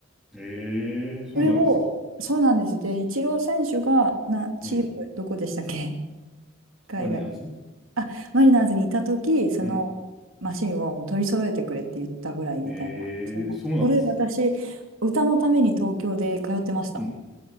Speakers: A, in the centre; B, on the right.
A: ええ、そうなんですか。
B: それを、そうなんです。で、イチロー選手が、な、チーム、
A: うん。
B: どこでしたっけ海外。
A: マリナーズ
B: あ、マリナーズにいた時、そのマシンをもう取り揃えてくれって言ったぐらいみたいなマシンだった。
A: うん。ええ、そうなんですね。
B: これ私、歌のために東京で通ってました。
A: うん。